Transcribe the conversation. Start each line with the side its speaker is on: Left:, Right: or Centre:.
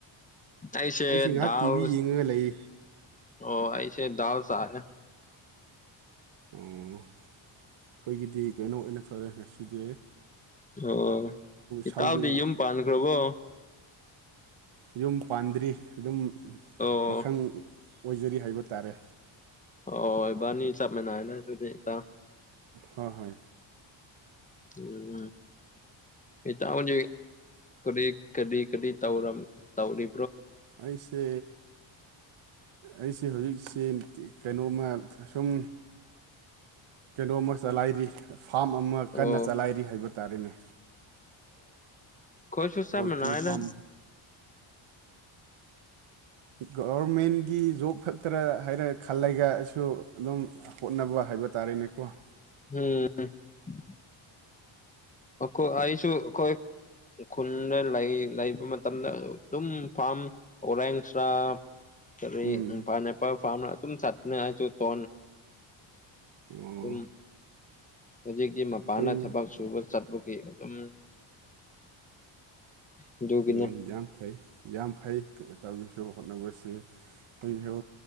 Left: ꯇꯥꯏꯁꯦ
Right: ꯑꯩꯁꯤ ꯉꯥꯏꯍꯥꯛ
Left: ꯗꯜ
Right: ꯇꯤꯚꯤ ꯌꯦꯡꯉꯒ ꯂꯩ
Left: ꯑꯣ ꯑꯩ ꯁꯦ ꯗꯥꯂ ꯆꯥꯁꯦ
Right: ꯑꯣ ꯑꯩꯈꯣꯏꯒꯤꯗꯤ ꯀꯩꯅꯣ ꯑꯣꯏꯅ ꯊꯧꯔꯛꯑꯦ ꯉꯁꯤꯗꯤ
Left: ꯑꯣ ꯏꯇꯥꯎꯗꯤ
Right: ꯁꯧꯒꯔꯤ
Left: ꯌꯨꯝ ꯄꯥꯟꯈ꯭ꯔꯕꯣ
Right: ꯌꯨꯝ ꯄꯥꯟꯗ꯭ꯔꯤ ꯑꯗꯨꯝ
Left: ꯑꯣ
Right: ꯄꯥꯈꯪ ꯑꯣꯏꯖꯔꯤ ꯍꯥꯏꯕ ꯇꯥꯔꯦ
Left: ꯑꯣ ꯑꯈꯣꯌꯅꯤ ꯆꯞ ꯃꯥꯟꯅꯩ ꯅꯦ ꯑꯗꯨꯗꯤ ꯏꯇꯥꯎ
Right: ꯍꯣꯏ ꯍꯣꯏ
Left: ꯎꯝ ꯏꯇꯥꯎꯖꯦ ꯀꯔꯤ ꯀꯗꯤ ꯀꯗꯤ ꯇꯥꯎꯔꯝ ꯇꯧꯔꯤ
Right: ꯑꯩꯁꯦ ꯑꯩꯁꯦ ꯍꯧꯖꯤꯛꯁꯤ ꯀꯩꯅꯣꯝꯃ ꯁꯨꯝ ꯀꯩꯅꯣꯝꯃ ꯆꯂꯥꯏꯔꯤ ꯐꯥꯝ ꯑꯃ
Left: ꯑꯣ
Right: ꯀꯟꯅ ꯆꯂꯥꯏꯔꯤ ꯍꯥꯏꯕ ꯇꯥꯔꯦꯅꯦ
Left: ꯈꯨꯁ ꯎꯁꯥ
Right: ꯄꯣꯜꯇ꯭ꯔꯤ
Left: ꯃꯅꯥꯑꯗ
Right: ꯐꯥꯝ ꯒꯕꯔꯃꯦꯟꯒꯤ ꯖꯣꯕ ꯈꯛꯇꯔꯥ ꯍꯥꯏꯅ ꯈꯜꯂꯒ ꯑꯩꯁꯨ ꯑꯗꯨꯝ ꯍꯣꯠꯅꯕ ꯍꯥꯏꯕ ꯇꯥꯔꯦꯅꯦꯀꯣ
Left: ꯎꯝ ꯑꯣꯈꯣꯏ ꯑꯁꯨꯨ ꯀꯣꯏ ꯈꯨꯟꯗ ꯂꯩ ꯂꯩꯕ ꯃꯇꯝꯗ ꯑꯗꯨꯝ ꯐꯥꯝ ꯑꯣꯔꯦꯡꯁ꯭ꯔꯥ ꯇ
Right: ꯎꯝ
Left: ꯄꯅꯦꯄꯥ ꯐꯥꯔꯃ ꯑꯗꯨ ꯆꯇꯅꯦ ꯍꯥꯏꯁꯨ ꯇ
Right: ꯑꯣ
Left: ꯎꯝ ꯍꯧꯖꯤꯛꯇꯤ ꯃꯄꯥꯟꯅ
Right: ꯑꯩꯈꯣꯏ
Left: ꯊꯕꯛ ꯁꯨꯕ ꯆꯠꯄꯒꯤ ꯑꯗꯨꯝ ꯑꯗꯨꯒꯤꯅꯦ
Right: ꯎꯝ ꯌꯥꯝ ꯌꯥꯝ ꯐꯩ ꯌꯥꯝ ꯐꯩ ꯇꯧꯒꯦꯁꯨ ꯍꯣꯠꯅꯕꯁꯤ ꯑꯩꯈꯣꯏꯁꯨ